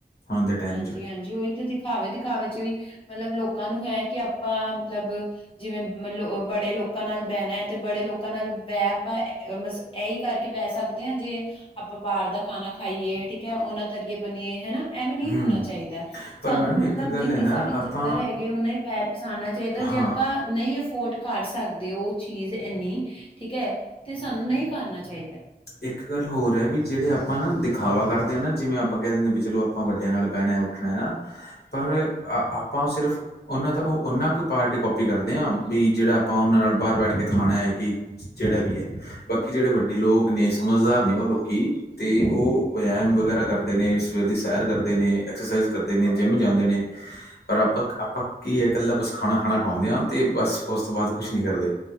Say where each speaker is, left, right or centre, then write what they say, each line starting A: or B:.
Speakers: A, on the left (about 90°); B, on the left (about 35°).
A: ਹੁਣ ਦੇ ਟਾਈਮ
B: ਹਾਂਜੀ
A: 'ਚ
B: ਹਾਂਜੀ ਉਹੀ ਤਾਂ ਦਿਖਾਵੇ ਦਿਖਾਵੇ ਚ ਵੀ ਮਤਲਬ ਲੋਕਾਂ ਨੂੰ ਹੈ ਕਿ ਆਪਾਂ ਮਤਲਬ। ਜਿਵੇਂ ਲੋ ਬੜੇ ਲੋਕਾਂ ਨਾਲ ਬਹਿਣਾ ਹੈ ਤੇ ਬੜੇ ਲੋਕਾਂ ਨਾਲ ਬਹਿ ਆਪਾਂ ਬ, ਇਹੀ ਕਰਕੇ ਬਹਿ ਸਕਦੇ ਹਾਂ ਜੇ, ਆਪਾਂ ਬਾਹਰ ਦਾ ਖਾਣਾ ਖਾਈਏ ਠੀਕ ਹੈ ਉਹਨਾਂ ਤਰੀਏ ਬਨੀਏ ਹਨਾ ਐਵੇਂ ਨਹੀਂ
A: ਹੂੰ
B: ਹੋਣਾ ਚਾਹੀਦਾ।
A: ਪਰ
B: ਸਾਨੂੰ
A: ਮੈਡਮ
B: ਮਤਲਬ
A: ਇੱਕ ਗੱਲ
B: ਜਿੰਨੀ
A: ਹੈ ਨਾ
B: ਸਾਡੀ
A: ਆਪਾਂ
B: ਚਿੱਦਰ ਹੈਗੀ ਨਾ ਹੀ ਪੈਰ ਪਛਾਾਨਨਾ ਚਾਹੀਦਾ
A: ਹਾਂ
B: ਜੇ ਆਪਾਂ ਨਹੀਂ ਅਫੋਰਡ ਕਰ ਸਕਦੇ ਉਹ ਚੀਜ਼ ਇੰਨੀ। ਠੀਕ ਹੈ। ਤੇ ਸਾਨੂੰ ਨਹੀਂ ਕਰਨਾ ਚਾਹੀਦਾ।
A: ਇੱਕ ਗੱਲ ਹੋਰ ਹੈ। ਵੀ ਜਿਹੜੇ ਆਪਾਂ ਨਾ ਦਿਖਾਵਾ ਕਰਦੇ ਹਾਂ। ਨਾ ਜਿਵੇਂ ਆਪਾਂ ਕਹਿ ਦਿੰਦੇ ਵੀ ਚਲੋ ਆਪਾਂ ਵੱਡਿਆਂ ਨਾਲ ਬਹਿਣਾ ਉੱਠਣਾ ਨਾ ਪਰ ਆਪਾਂ ਸਿਰਫ। ਉਹਨਾਂ ਦਾ ਉਹ ਉਹਨਾਂ ਕੁ ਪਾਰਟੀ ਕਪੀ ਕਰਦੇ ਆ ਵੀ ਜਿਹੜਾ ਆਪਾਂ ਉਹਨਾਂ ਨਾਲ ਬਾਹਰ ਬੈਠ ਕੇ ਖਾਣਾ ਹੈ। ਕਿ ਜਿਹੜਾ ਵੀ ਹੈ ਬਾਕੀ ਜਿਹੜੇ ਵੱਡੇ ਲੋਕ ਨੇ ਸਮਝਦਾਰ ਨੇ ਉਹ ਲੋਕੀ ਤੇ ਉਹ ਵਮ ਵਗੈਰਾ ਕਰਦੇ ਨੇ ਸਵੇਰ ਦੀ ਸੈਰ ਕਰਦੇ ਨੇ ਐਕਸਰਸਾਈਜ਼ ਕਰਦੇ ਨੇ ਜਿੰਮ ਜਾਂਦੇ ਨੇ। ਪਰ ਆਪਾਂ-ਆਪਾਂ ਕੀ ਹੈ। ਇਕੱਲਾ ਬਸ ਖਾਣਾ ਖਾਣਾ ਖਾਉਂਦੇ ਹਾਂ। ਤੇ ਬਸ ਉਸ ਤੋਂ ਬਾਅਦ ਕੁਛ ਨੀ ਕਰਦੇ।